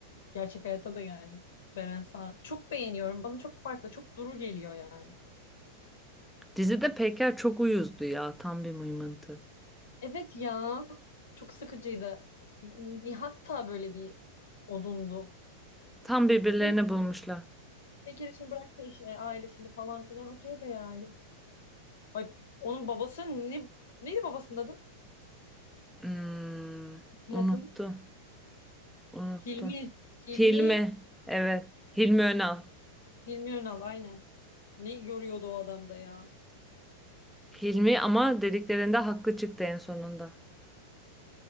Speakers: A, on the left; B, in the centre.
A: Gerçek hayatta da yani Beren Saat. Çok beğeniyorum. Bana çok farklı. Çok duru geliyor yani.
B: Dizide Peker çok uyuzdu ya. Tam bir mıymıntı.
A: Evet ya. Çok sıkıcıydı. Nihat da böyle bir odundu.
B: Tam birbirlerini
A: Hani
B: bulmuşlar.
A: bir kere için bıraktı işte ailesini falan filan okey de yani. Ay onun babası ne neydi babasının adı?
B: Hmm,
A: Nihat'ın.
B: unuttum. Unuttum.
A: Hilmi. Hilmi.
B: Hilmi. Evet. Hilmi Önal.
A: Hilmi Önal aynen. Ne görüyordu o adamda ya?
B: Hilmi ama dediklerinde haklı çıktı en sonunda.